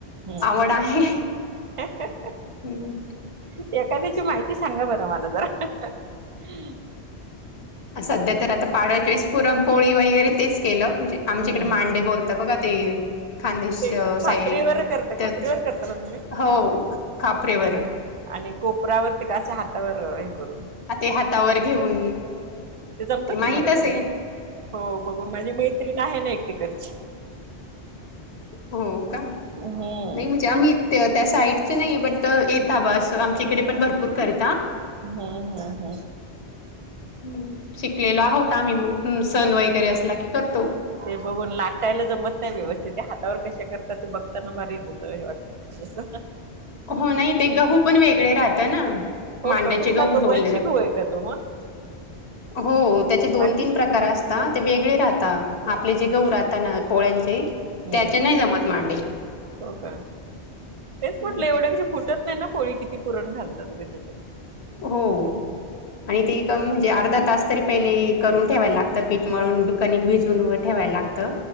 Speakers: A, on the right; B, on the left.
A: हम्
B: आवड आहे.
A: एखाद्याची
B: हम्म.
A: माहिती सांगा बरं मला जरा? ह,
B: सध्या तर आता पाडव्याच्या वेस पुरमपोळी वगैरे तेच केलं म्हणजे आमच्याकडे
A: हम्म
B: मांडे बोलता बघा ते वे खानदेश
A: ते खापरीवर
B: साईट
A: करता खापरीवर
B: तर
A: करता ना तुम्ही
B: हो खापरेवर
A: आणि आणि कोपऱ्यावरती का असे हातावर हे करून
B: आ ते हातावर घेऊन.
A: ते जमतात
B: माहितच
A: तुम्हाले कराले.
B: आहे
A: हो बघून माझी मैत्रीण आहे ना एक तिकडची.
B: हो का,
A: हम्म
B: नाही म्हणजे आम्ही त्य त्या साईडचे नाही बट येता बस आमच्या इकडे पण भरपूर करता.
A: हम्म हम् हम्म,
B: ह, शिकलेलो आहोत आम्ही मग ह सण वगैरे असला की करतो.
A: ते बघून लाटायला जमत नाही व्यवस्थित त्या हातावर कशा करतात ते बघताना भारी येत ज हे वाटतं. घेतलं.
B: हो नाही ते गहू पण वेगळे राहता ना,
A: हो
B: मांड्याचे
A: का कुठला
B: गहू
A: तो
B: बोलले
A: बंशिघूये
B: जात
A: का तो मग.
B: हो त्याचे दोन
A: ताक
B: तीन प्र कार असता ते वेगळे राहता. आपले जे गहू राहता ना पोळ्यांचे
A: हम्म
B: त्याचे नाही जमत मांडे.
A: हो का, तेच
B: हं,
A: म्हटलं एवढ्या कशा फुटत नाही ना पोळी किती पुरण घालतात रे त्याच्यात.
B: हो. आणि ते कम म्हणजे अर्धा तास तरी पहिले करून ठेवायला लागतं पीठमळून कणिक भिजून व ठेवायला लागतं.